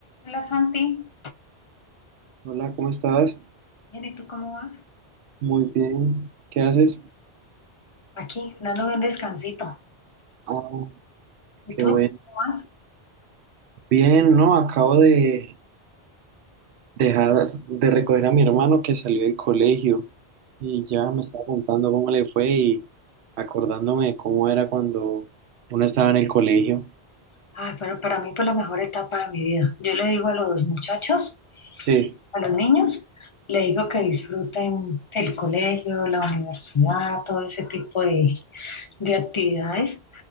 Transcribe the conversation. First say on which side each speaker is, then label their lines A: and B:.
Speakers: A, on the left; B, on the right.
A: Hola Santi,
B: Hola, ¿cómo estás?
A: bien, ¿y tú cómo vas?
B: Muy bien. ¿Qué haces?
A: Aquí, dándome un descansito.
B: Ah,
A: ¿Y
B: qué
A: tú
B: bueno.
A: cómo vas?
B: Bien, no, acabo de dejar de recoger a mi hermano que salió del colegio y ya me estaba contando cómo le fue y acordándome de cómo era cuando uno estaba en el colegio.
A: Ay, pero para mí fue la mejor etapa de mi vida. Yo le digo a los muchachos,
B: Sí,
A: a los niños, le digo que disfruten el colegio, la universidad, todo ese tipo de, de actividades,